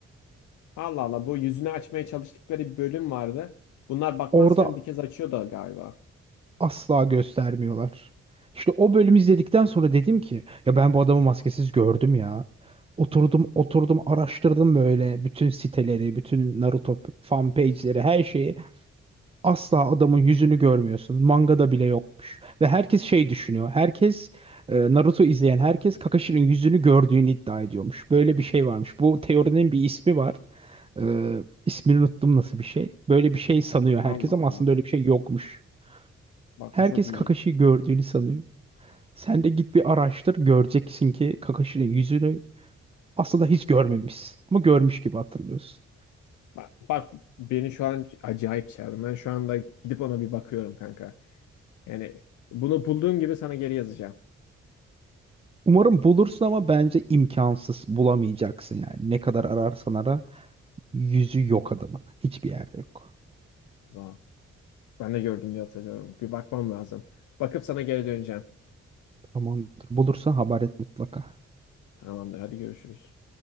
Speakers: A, on the left; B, on the right.
A: Allah Allah bu yüzünü açmaya çalıştıkları bir bölüm vardı. Bunlar bakmazken
B: Orada
A: bir kez açıyordu galiba.
B: asla göstermiyorlar. İşte o bölümü izledikten sonra dedim ki ya ben bu adamı maskesiz gördüm ya. Oturdum oturdum araştırdım böyle bütün siteleri, bütün Naruto fan page'leri, her şeyi. Asla adamın yüzünü görmüyorsun. Mangada bile yokmuş. Ve herkes şey düşünüyor. Herkes e, Naruto izleyen herkes Kakashi'nin yüzünü gördüğünü iddia ediyormuş. Böyle bir şey varmış. Bu teorinin bir ismi var. E, ismini unuttum nasıl bir şey. Böyle bir şey sanıyor
A: Allah
B: herkes ama
A: Allah.
B: aslında öyle bir şey yokmuş.
A: Bak
B: Herkes
A: bu çok ilginç.
B: Kakashi'yi gördüğünü sanıyor. Sen de git bir araştır göreceksin ki Kakashi'nin yüzünü aslında hiç görmemişsin. Ama görmüş gibi hatırlıyorsun.
A: Bak, bak beni şu an acayip çağırdı. Ben şu anda gidip ona bir bakıyorum kanka. Yani bunu bulduğum gibi sana geri yazacağım.
B: Umarım bulursun ama bence imkansız bulamayacaksın yani. Ne kadar ararsan ara yüzü yok adamın. Hiçbir yerde yok.
A: Vay. Ben de gördüm diye hatırlıyorum. Bir bakmam lazım. Bakıp sana geri döneceğim.
B: Tamamdır. Bulursan haber et mutlaka.
A: Tamamdır hadi görüşürüz.